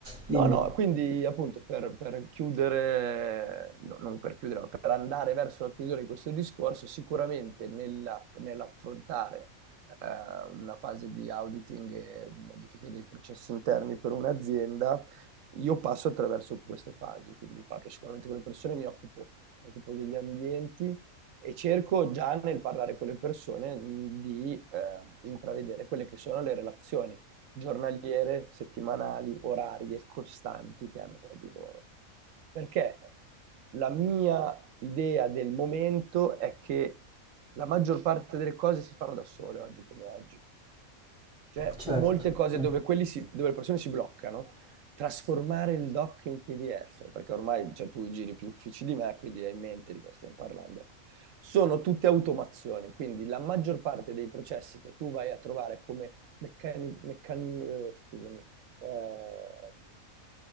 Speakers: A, on the right; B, on the right.
A: dimmi,
B: No, no, quindi appunto per, per chiudere, no, non per chiudere, ma per andare verso la chiusura di questo discorso, sicuramente nella- nell'affrontare eh, una fase di auditing e modifiche dei processi interni per un'azienda, io passo attraverso queste fasi, quindi parlo sicuramente con le persone, mi occupo, mi occupo degli ambienti e cerco già nel parlare con le persone mh, di eh, intravedere quelle che sono le relazioni giornaliere, settimanali, orarie, costanti che hanno tra di loro. Perché la mia idea del momento è che la maggior parte delle cose si fanno da sole oggi come oggi. Cioè,
A: certo,
B: molte cose
A: eh.
B: dove, quelli si- dove le persone si bloccano, trasformare il doc in PDF, perché ormai cioè, tu giri più uffici di me, quindi hai in mente di cosa stiamo parlando. ecco. Sono tutte automazioni, quindi la maggior parte dei processi che tu vai a trovare come meccani, meccan- eh, scusami, eh,